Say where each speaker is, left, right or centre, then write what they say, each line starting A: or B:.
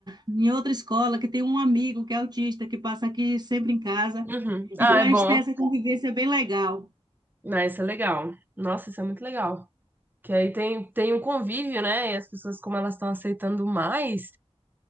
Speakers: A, on the right; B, on the right.
A: em outra escola, que tem um amigo que é autista, que passa aqui sempre em casa.
B: Uhum. Ah,
A: Então
B: é
A: a
B: bom.
A: gente tem essa convivência bem legal.
B: Não, isso é legal. Nossa, isso é muito legal. Que aí tem, tem um convívio, né? E as pessoas, como elas estão aceitando mais,